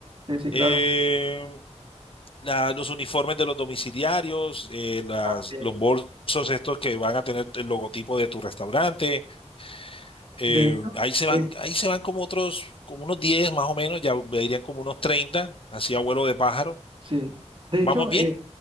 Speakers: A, on the right; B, on the left.
A: Sí, sí, claro.
B: Eh, la- los uniformes de los domiciliarios, eh, las,
A: También.
B: los bolsos estos que van a tener el logotipo de tu restaurante. eh,
A: De hecho,
B: ahí se van,
A: eh,
B: ahí se van como otros, como unos 10 más o menos, ya irían como unos 30 así a vuelo de pájaro.
A: sí. De
B: ¿Vamos
A: hecho,
B: bien?
A: eh,